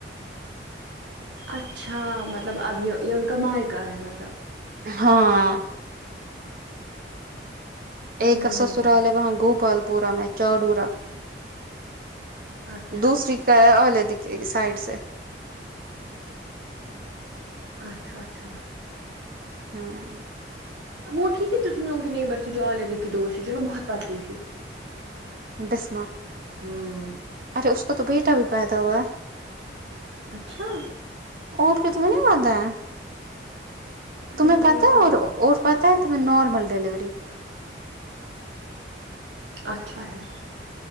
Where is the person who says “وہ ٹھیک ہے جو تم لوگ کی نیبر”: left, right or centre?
Right